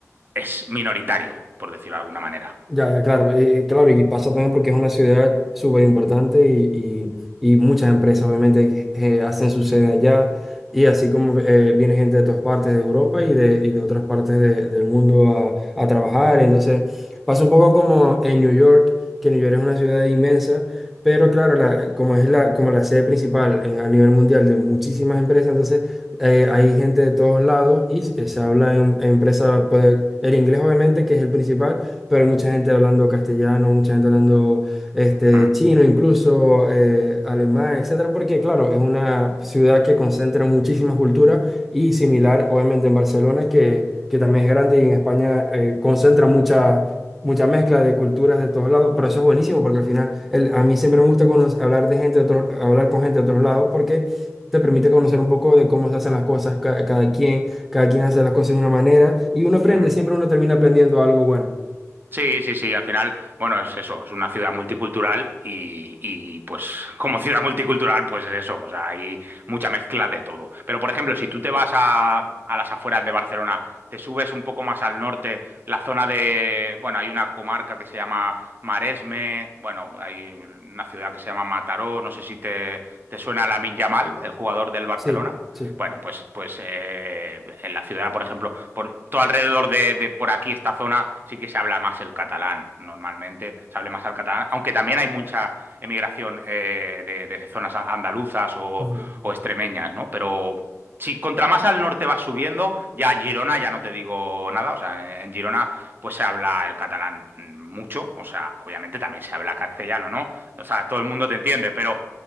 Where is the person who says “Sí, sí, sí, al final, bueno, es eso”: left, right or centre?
Right